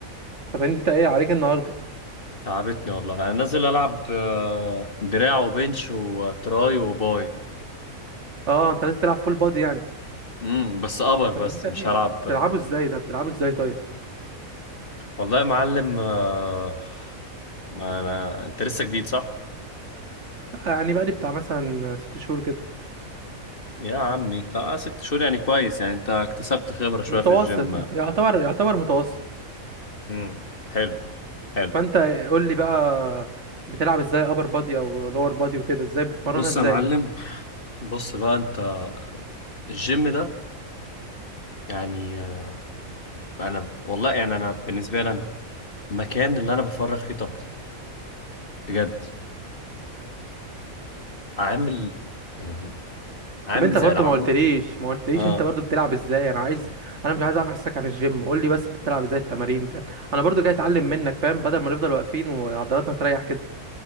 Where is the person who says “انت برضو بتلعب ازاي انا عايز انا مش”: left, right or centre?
Right